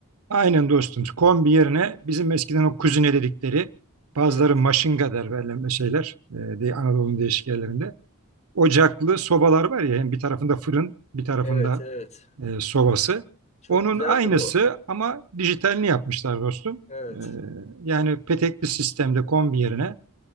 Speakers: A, on the right (about 80°); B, on the left (about 30°).
A: Aynen dostum. Kombi yerine bizim eskiden o kuzine dedikleri bazıları
B: Evet,
A: maşınga der verilen şeyler e, diye Anadolu'nun değişik yerlerinde. Ocaklı sobalar var ya hem bir tarafında fırın bir tarafında
B: evet, evet.
A: e, sovası.
B: Çok
A: Onun
B: güzeldir
A: aynısı
B: o.
A: ama dijitalini yapmışlar dostum.
B: Evet,
A: E, yani petekli sistemde kombi yerine